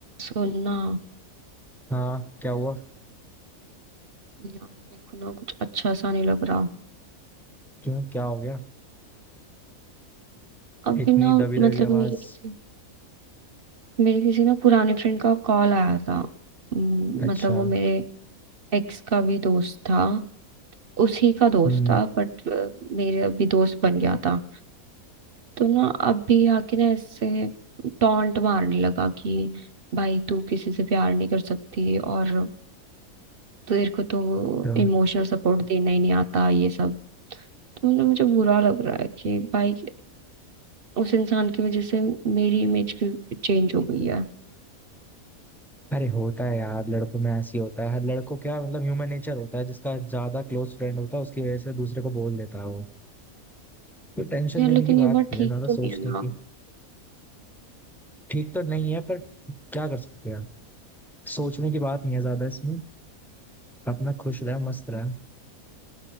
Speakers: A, on the right; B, in the centre.
A: सुनना
B: हाँ क्या हुआ
A: यार मेरे को ना कुछ अच्छा सा नहीं लग रहा
B: क्यों क्या हो गया
A: अभी
B: इतनी
A: ना
B: दबी
A: मतलब
B: दबी आवाज
A: मेरे किसी मेरे किसी ना पुराने फ्रेंड का कॉल आया था हम्म,
B: अच्छा
A: मतलब वो मेरे एक्स का भी दोस्त था उसी का दोस्त
B: हम्म
A: था बट मेरे अभी दोस्त बन गया था तो ना अभी आके ना इससे टॉन्ट मारने लगा कि भाई तू किसी से प्यार नहीं कर सकती और तेरे को तो
B: तो-
A: इमोशनल सपोर्ट देना ही नहीं आता ये सब तो मतलब मुझे बुरा लग रहा है कि भाई उस इंसान की वजह से मेरी इमेज की चेंज हो गई है
B: अरे होता है यार लड़कों में ऐसी होता है हर लड़कों क्या मतलब ह्यूमन नेचर होता है जिसका ज्यादा क्लोज फ्रेंड होता है उसकी वजह से दूसरे को बोल देता है वो तो टेंशन
A: यार
B: लेने
A: लेकिन
B: की बात
A: ये बात
B: नहीं
A: ठीक
B: है ज्यादा
A: तो नहीं
B: सोचने
A: है ना
B: की ठीक तो नहीं है पर क्या कर सकते हैं सोचने की बात नहीं है ज्यादा इसमें अपना खुश रहे मस्त रहे